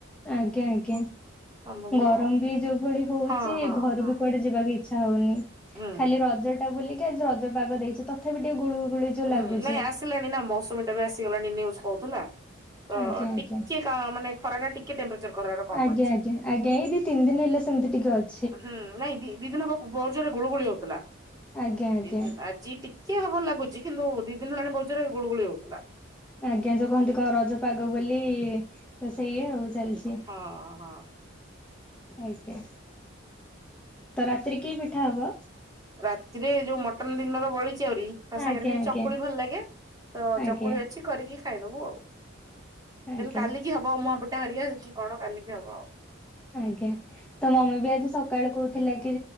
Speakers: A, in the centre; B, on the right.
A: ଆଜ୍ଞା ଆଜ୍ଞା
B: ସମ୍ଭବ
A: ଗରମବି
B: ନୁହଁ
A: ଯୋଉ ଭଳି ହଉଚି
B: ଆଉ ହଁ
A: ଘରୁବି
B: ହଁ ହଁ
A: କୁଆଡ଼େ ଯିବାକୁ ଇ ଛା ହଉନି
B: ହୁଁ।
A: ଖାଲି ରଜଟା ବୁଲିକି ଆଜି ରଜ ପାଗ ଦେଇଚି ତଥାପି ଟିକେ ଗୁଳୁ ଗୁଳି ଯୋଉ
B: ହୁଁ
A: ଲାଗୁଛି।
B: ନାଇଁ ଆସିଲାଣି ନା ମୌସୁମୀ ଟା ବି ଆସିଗଲାଣି ନିନ୍ୟୁଜ କହୁଥିଲା। ତ
A: ଆଜ୍ଞା ଆଜ୍ଞା
B: ଟିକେ କ ମାନେ ଖରାରେ ଟିକେ ଟେମ୍ପରେଚର ଖରା କମ
A: ଆଜ୍ଞା
B: ଅଛି।
A: ଆଜ୍ଞା ଆଜ୍ଞା ଏ ଦି ତିନ ଦିନ ହେଲା ସେମିତିିକ କିକେଅ
B: ହୁଁ ନାଇଁ ଦି ଦି ଦିନ ବଉ ଜୋରେ ଗୋଳୁ ଗୋଳି ହଉଥିଲା
A: ଆଜ୍ଞା ଆଜ୍ଞା
B: ଦି ଦ ଆଜି ଟିକେ କିଏ ହବର ଲାଗୁଚି କିନ୍ତୁ ଦି ଦିନ ହେଲାଣି ବୋଉ ଜୋରେ ଗୁଳଗୁଳି ହେଉଥିଲା।
A: ଆଜ୍ଞା ଯୋଉ କହନ୍ତି କଣ ରଜ ପାଗ ବୋଲି ତ ସେଇଆ ଆଉ ଚାଲିଚି।
B: ହଁ ହଁ।
A: ଆଜ୍ଞା ତ ରାତିରେ କି ପିଠା ହବ?
B: ରାତିରେ ଯୋଉ ମଟନ ଦିନର ବଳିଚି ଆହୁରି ତା ସାଙ୍ଗରେ
A: ଆଜ୍ଞା
B: ଟିକେ
A: ଆଜ୍ଞା
B: ଚକୁଳି ଭଲ ଲାଗେ ତଚକୁଳି
A: ଆଜ୍ଞା
B: ଅଛି କରିକି ଖାଇଦବୁ ଆଉ।
A: ଆଜ୍ଞା
B: ଦେମ କାଲିକି ହବ ଆପୁଟା ହରିକିଘ୍ର କଣ କାଲିକି ହବ ଆଉ।
A: ଆଜ୍ଞା ତ ମମିବି ଆଜି ସକାଳୁ କହୁଥିଲାକି